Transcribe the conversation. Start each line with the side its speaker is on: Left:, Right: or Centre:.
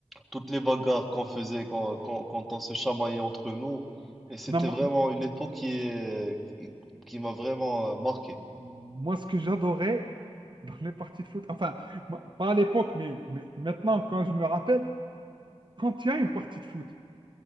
Centre: toutes les bagarres qu'on faisait quand, quand, quand on se chamaillait entre nous, et c'était
Right: Non, moi,
Centre: vraiment une époque qui est, qui, qui m'a vraiment euh, marqué.
Right: moi, ce que j'adorais dans les parties de foot, enfin, moi, pas à l'époque, mais, mais maintenant, quand je me rappelle, quand il y a une partie de foot,